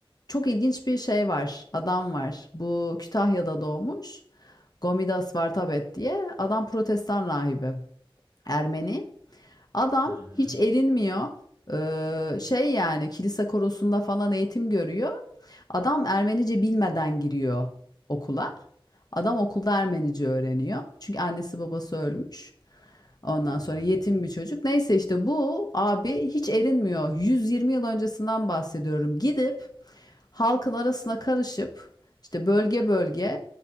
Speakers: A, on the left; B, on the right.
A: çok ilginç bir şey var. Adam var. Bu Kütahya'da doğmuş. Gomidas Vartabet diye. Adam protestan rahibi. Ermeni. Adam
B: Hı hı.
A: hiç erinmiyor. Ee, şey yani kilise korosunda falan eğitim görüyor. Adam Ermenice bilmeden giriyor okula. Adam okulda Ermenice öğreniyor. Çünkü annesi babası ölmüş. Ondan
B: Hı.
A: sonra yetim bir çocuk. Neyse işte bu abi hiç erinmiyor. 120 yıl öncesinden bahsediyorum. Gidip halkın arasına karışıp işte bölge bölge